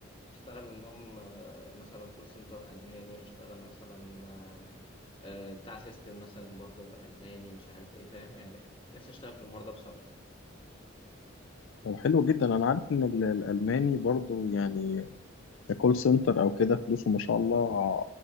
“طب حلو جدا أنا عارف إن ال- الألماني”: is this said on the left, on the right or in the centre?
Left